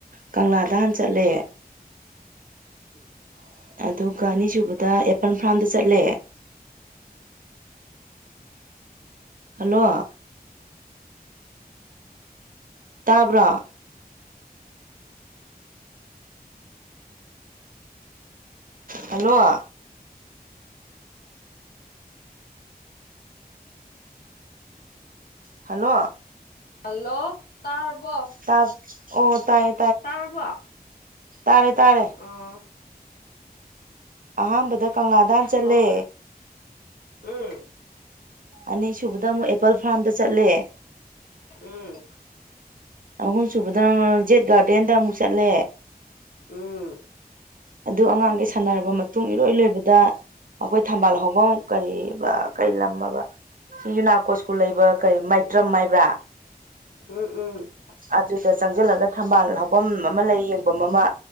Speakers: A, on the right; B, on the left.
A: ꯀꯪꯂꯥꯗꯍꯥꯟ ꯆꯠꯂꯦ ꯎ ꯑꯗꯨꯒ ꯑꯅꯤꯁꯨꯕꯗ ꯑꯦꯄꯜ ꯐꯥꯔꯝꯗ ꯆꯠꯂꯦ ꯍꯜꯂꯣ ꯇꯥꯕ꯭ꯔꯣ ꯍꯜꯂꯣ ꯍꯜꯂꯣ
B: ꯍꯜꯂꯣ ꯇꯥꯔꯕꯣ
A: ꯇꯥ ꯑꯣ ꯇꯥꯏ
B: ꯇꯥꯔꯕꯣ
A: ꯇꯥꯔꯦ ꯇꯥꯔꯦ
B: ꯑꯣ
A: ꯑꯍꯥꯟꯕꯗ ꯀꯪꯂꯥꯗ ꯆꯠꯂꯦ
B: ꯑꯣ ꯎꯝ
A: ꯑꯅꯤꯁꯨꯕꯗ ꯑꯃꯨꯛ ꯑꯦꯄꯜ ꯐꯥꯔꯝꯗ ꯆꯠꯂꯦ
B: ꯎꯝ
A: ꯑꯍꯨꯝ ꯁꯨꯕꯗ ꯅ ꯖꯦꯠ ꯒꯥꯔꯗꯦꯟꯗ ꯑꯃꯨꯛ ꯆꯠꯂꯦ
B: ꯎꯝ
A: ꯑꯗꯨ ꯑꯉꯥꯡꯈꯩ ꯁꯥꯟꯅꯔꯕ ꯃꯇꯨꯡ ꯏꯔꯣꯏ ꯂꯣꯏꯕꯗ ꯑꯩꯈꯣꯏ ꯊꯝꯕꯥꯜ ꯍꯐꯝ ꯀ ꯀꯩ ꯂꯝꯃꯕ ꯁꯤ ꯌꯨꯅꯥꯀꯣ ꯁ꯭ꯀꯨꯜ ꯂꯩꯕ ꯀꯩ ꯃꯥꯏꯇ꯭ꯔꯝ ꯍꯥꯏꯕ꯭ꯔꯥ
B: ꯎꯝ ꯎꯝ
A: ꯑꯗꯨꯗ ꯆꯪꯁꯤꯜꯂꯒ ꯊꯝꯕꯥꯜ ꯍꯐꯝ ꯑꯃ ꯂꯩ ꯌꯦꯡꯐꯝ ꯑꯃ